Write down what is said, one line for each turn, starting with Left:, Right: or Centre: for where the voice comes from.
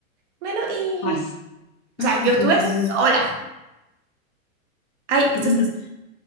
Right: bueno, y...
Left: Paz. Paz
Right: O sea,
Left: y
Right: yo
Left: tranquilidad.
Right: estuve sola. Ay, esto
Left: <laughs>
Right: es...